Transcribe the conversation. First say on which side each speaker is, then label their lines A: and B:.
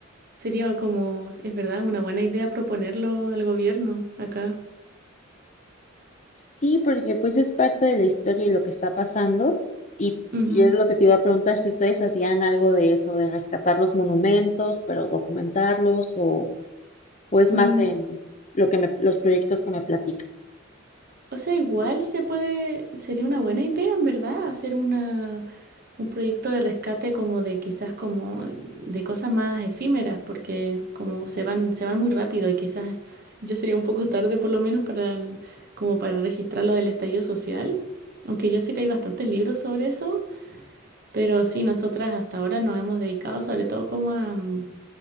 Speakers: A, on the right; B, on the left.
A: Sería como, es verdad, una buena idea proponerlo al gobierno acá.
B: Sí, porque pues es parte de la historia y lo que está pasando. Y
A: Ujú.
B: yo es lo que te iba a preguntar si ustedes hacían algo de eso, de rescatar los monumentos, pero documentarlos, o, o es
A: Mm,
B: más en lo que me- los proyectos que me platicas.
A: O sea, igual se puede, sería una buena idea, en verdad, hacer una, un proyecto de rescate como de quizás como de cosas más efímeras, porque como se van, se van muy rápido y quizás yo sería un poco tarde por lo menos para el- como para registrar lo del estallido social, aunque yo sé que hay bastantes libros sobre eso, pero sí, nosotras hasta ahora nos hemos dedicado sobre todo como a, mm,